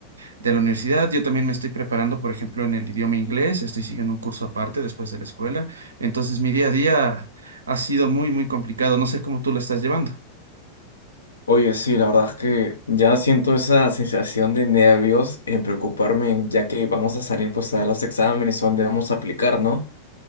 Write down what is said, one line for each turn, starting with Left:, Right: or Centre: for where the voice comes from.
Right: de la universidad. Yo también me estoy preparando, por ejemplo, en el idioma inglés. Estoy siguiendo un curso aparte después de la escuela. Entonces, mi día a día ha sido muy, muy complicado. No sé cómo tú lo estás llevando.
Left: Oye, sí, la verdad es que ya siento esa sensación de nervios en preocuparme, en- ya que vamos a salir pues a dar los exámenes o donde vamos a aplicar, ¿no?